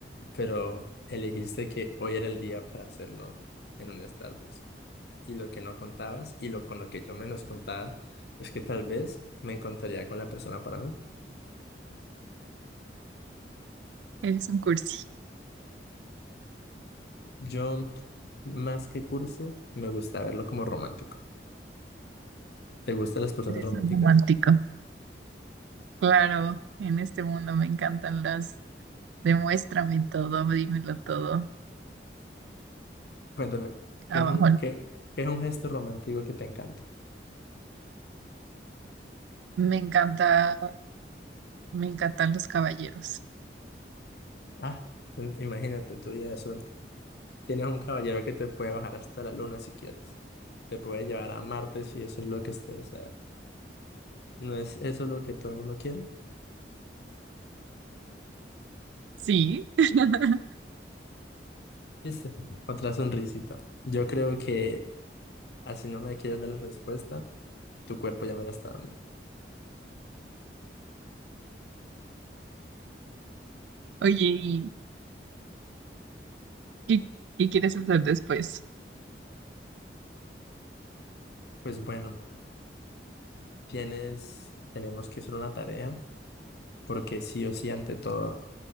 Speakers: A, on the left; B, on the right.
A: pero elegiste que hoy era el día para hacerlo en un Starbucks. y lo que no contabas y lo con lo que yo menos contaba es que tal vez me encontraría con la persona para mí.
B: Eres un cursi.
A: Yo, más que cursi me gusta verlo como romántico. ¿Te gustan las personas
B: Eres
A: románticas?
B: un romántico. Claro, en este mundo me encantan las. Demuéstrame todo, dímelo todo.
A: Cuéntame, ¿qué
B: Abajo.
A: es un, qué, qué es un gesto romántico que te encanta?
B: Me encanta. Me encantan los caballeros.
A: Ah, ten- imagínate tu día de suerte. Tienes un caballero que te puede bajar hasta la luna si quieres. Te puede llevar a Marte si eso es lo que usted desea. ¿No es eso lo que todo el mundo quiere?
B: Sí. <laughs>
A: ¿Viste? Otra sonrisita. Yo creo que Así no me quieres dar la respuesta, tu cuerpo ya me la está dando.
B: Oye, ¿y qué, qué quieres hacer después?
A: Pues bueno, tienes, tenemos que hacer una tarea, porque sí o sí, ante todo,